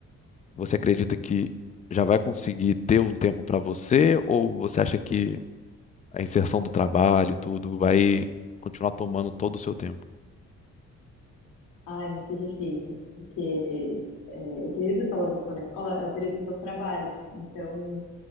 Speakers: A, on the left; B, on the left.
A: Você acredita que já vai conseguir ter um tempo para você, ou você acha que a inserção do trabalho, tudo, vai continuar tomando todo o seu tempo?
B: Ah, é muito difícil, porque é, o período que elas estão na escola é o período que eu trabalho. Então,